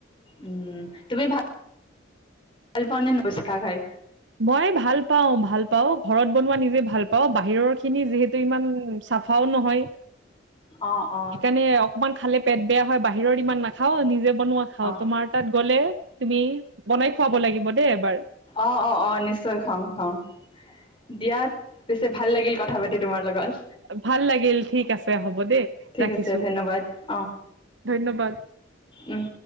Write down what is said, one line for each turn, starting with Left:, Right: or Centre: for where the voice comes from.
Left: উম, তুমি ভাত ভালপোৱেনে ফুচকা খাই?
Right: মই ভাল পাওঁ, ভাল পাওঁ, ঘৰত বনোৱা নিজে ভাল পাওঁ, বাহিৰৰ খিনি যিহেতু ইমান চাফাও নহয়।
Left: অঁ অঁ
Right: সেইকাৰণে অকমান খালে পেট বেয়া হয়, বাহিৰৰ ইমান নাখাও নিজে বনোৱা খাওঁ,
Left: অঁ
Right: তোমাৰ তাত গ'লে তুমি বনাই খুৱাব লাগিব দেই এবাৰ।
Left: অঁ অঁ অঁ নিশ্চয় খুৱাম, খুৱাম দিয়াত পিছে ভাল লাগিল কথা পাতি তোমাৰ লগত।
Right: ভাল লাগিল, ঠিক আছে হ'ব। দেই
Left: ঠিক
Right: ৰাখিছো
Left: আছে, ধন্যবাদ, অ',
Right: ধন্যবাদ।
Left: উম।